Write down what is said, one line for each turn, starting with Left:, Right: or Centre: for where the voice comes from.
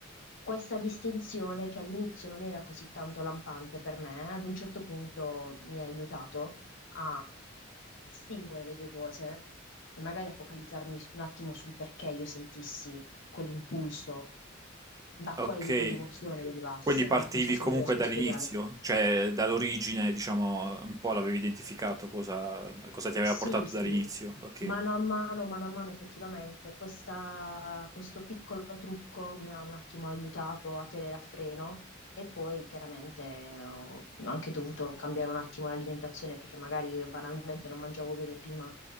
Left: Questa distinzione, che all'inizio non era così tanto lampante per me, ad un certo punto mi ha aiutato a distinguere le due cose e magari a focalizzarmi s- un attimo sul perché io sentissi quell'impulso, da
Right: Ok,
Left: quale tipo di emozione derivasse,
Right: quindi partivi
Left: no? Non so se
Right: comunque
Left: mi riesco
Right: dall'inizio,
Left: a spiegare.
Right: cioè dall'origine, diciamo, un po' l'avevi identificato cosa, cosa ti aveva
Left: Sì,
Right: portato
Left: sì,
Right: dall'inizio, ok.
Left: mano a mano, mano a mano, effettivamente, questa- questo piccolo trucco mi ha un attimo aiutato a tenere a freno. E poi chiaramente ho anche dovuto cambiare un attimo l'alimentazione perché magari io banalmente non mangiavo bene prima